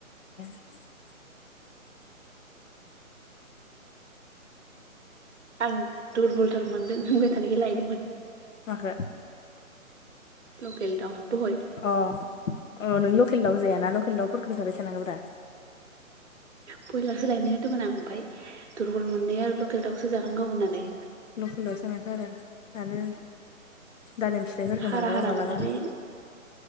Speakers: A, on the left (about 65°); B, on the right (about 55°).
A: <unintelligible>
B: आं दुरबलथार मोनदों होनबाय थानायखाय लायदोंमोन
A: माखो
B: लकेल दाउ दहाय
A: अ अ नों लखेल। लकेल दाउ जायाना लकेल दाउफोरखौ जाबाय थानांगोब्रा
B: ब्रयलारसो लायनो होदोंमोन आं ओमफ्राय दुरबल मोननाय आरो लकेल दाउसो जानांगौ होननानै।
A: लकेल दावसो आरो आरो। दालिम फिथाइफोरखौ
B: हारा
A: मालाबा
B: हारा
A: मालाबा
B: मोननायलाय